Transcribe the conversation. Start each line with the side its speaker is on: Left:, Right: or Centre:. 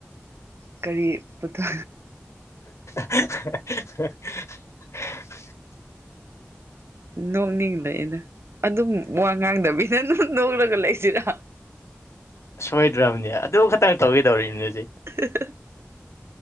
Right: ꯀꯔꯤ ꯄꯨꯊ
Left: <unintelligible>
Right: ꯅꯣꯛꯅꯤꯡꯂꯛꯦꯅ ꯑꯗꯨꯝ ꯋꯥ ꯉꯥꯡꯗꯕꯤꯗ ꯅ‌ꯣꯛꯂꯒ ꯂꯩ ꯁꯤꯗꯥ
Left: ꯁꯣꯏꯗ꯭ꯔꯕꯅꯦ ꯑꯗꯨ ꯈꯇꯪ ꯇꯧꯒꯦꯗꯧꯔꯤꯕꯅꯤꯗꯤ
Right: <unintelligible>